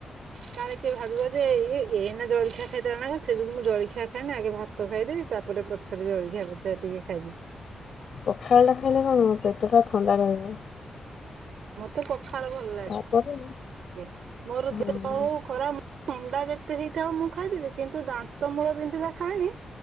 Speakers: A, on the right (about 80°); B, on the left (about 60°).
A: କାଳେ କିଏ ଭାବିବ ଯେ ଇଏ ଏଇନା ଜଳଖିଆ ଖାଇଥିଲା ନା କଣ ସେ ଯୋଗୁଁ ମୁଁ ଜଳଖିଆ ଖାଏଇନା ଆଗେ ଭାତ ଭାତ ଖାଇଦେବି ତାପରେ ପଛରେ ଜଳଖିଆ ପଛେକା ଟିକେ ଖାଇବି।
B: ପଖାଳ ଟା ଖାଇଲେ କଣ ହେବ ପେଟ ଟା ଥଣ୍ଡା ରହିବ।
A: ମତେ ପଖାଳ ଭଲ ଲାଗେ
B: ତାପରେ
A: ମୋର
B: ହଁ।
A: ଜୋଉଟା ହୋଉ। ଖରାପ ଥଣ୍ଡା ଯେତେ ହେଇଥାଉ ମୁଁ ଖାଇଦେବି କିନ୍ତୁ ଦାନ୍ତ ମୂଳ ବିନ୍ଧିଲେ ଖାାଏଇନି।